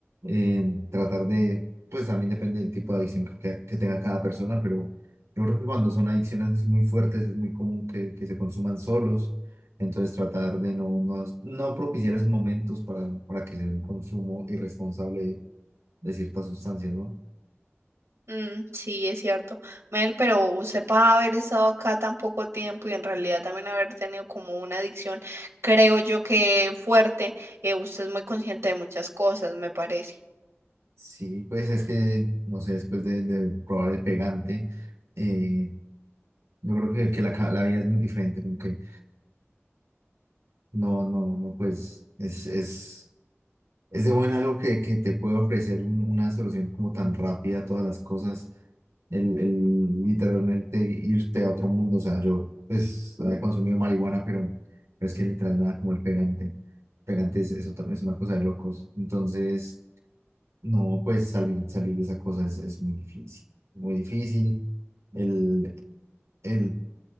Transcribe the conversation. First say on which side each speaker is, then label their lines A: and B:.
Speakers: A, on the right; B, on the right.
A: eh, tratar de, pues también depende del tipo de adicción que, que tenga cada persona, pero yo creo que cuando son adicciones así muy fuertes es muy común que, que se consuman solos, entonces tratar de no, no, no propiciar esos momentos para, para que sea un consumo irresponsable de, de ciertas sustancias, ¿no?
B: Mm, sí, es cierto. Mel, pero usted para haber estado acá tan poco tiempo y en realidad también haber tenido como una adicción, creo yo que fuerte, eh, usted es muy consciente de muchas cosas, me parece.
A: Sí, pues es que, no sé, después de, de probar el pegante, eh, yo creo que, que la, ca- la vida es muy diferente, como que No, no, no, pues es, es, es de buen algo que, que te puede ofrecer un- una solución como tan rápida a todas las cosas, el, el literalmente irte a otro mundo, o sea, yo pues había consumido marihuana, pero, pero es que literal nada como el pegante, pegante es, es otra, es una cosa de locos, entonces no, pues salir, salir de esa cosa es, es muy difícil, muy difícil, el, el